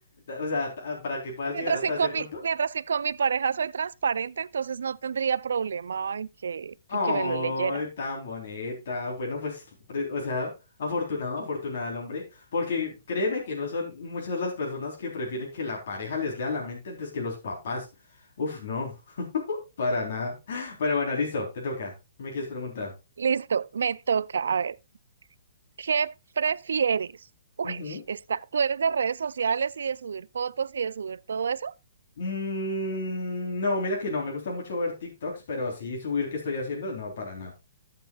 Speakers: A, on the left (about 65°); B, on the right (about 80°).
A: O sea, ta- para que puedas
B: Mientras
A: llegar hasta
B: que
A: ese
B: con
A: punto.
B: mi, mientras que con mi pareja soy transparente, entonces no tendría problema en que, en
A: Oh,
B: que me lo leyera.
A: tan bonita. Bueno, pues, pre- o sea, afortunado, afortunada el hombre, porque créeme que no son muchas las personas que prefieren que la pareja les lea la mente antes que los papás. Uf, no, <laughs> para nada. Pero bueno, listo, te toca. ¿Me quieres preguntar?
B: Listo, me toca. A ver. ¿Qué prefieres? Uy,
A: Ujú.
B: está, ¿tú eres de redes sociales y de subir fotos y de subir todo eso?
A: Mm, no, mira que no, me gusta mucho ver TikToks, pero sí subir qué estoy haciendo, no, para nada.